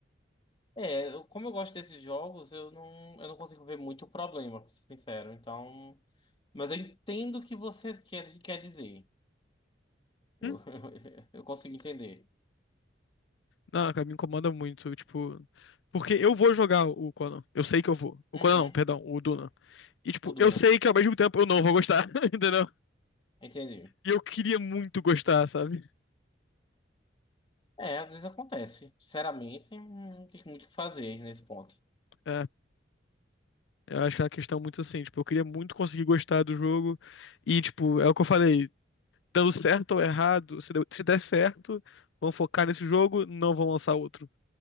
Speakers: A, on the left; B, on the left.
A: É, eu- como eu gosto desses jogos, eu não, eu não consigo ver muito problema, pra ser sincero. Então, mas eu entendo o que você quer, quer dizer. Eu,
B: Hum?
A: <laughs> eu consigo entender.
B: Não, cara, me incomoda muito, tipo. Porque eu vou jogar o Conan. Eu sei que eu vou. O
A: Uhum,
B: Conan não, perdão, o Duna. E, tipo,
A: o Duna.
B: eu sei que ao mesmo tempo eu não vou gostar, <laughs> entendeu?
A: Entendi.
B: E eu queria muito gostar, sabe?
A: É, às vezes acontece. Sinceramente, não tem muito o que fazer nesse ponto.
B: É, eu acho que é uma questão muito assim, tipo, eu queria muito conseguir gostar do jogo. E, tipo, é o que eu falei, dando certo ou errado, se deu- se der certo, vão focar nesse jogo, não vão lançar outro.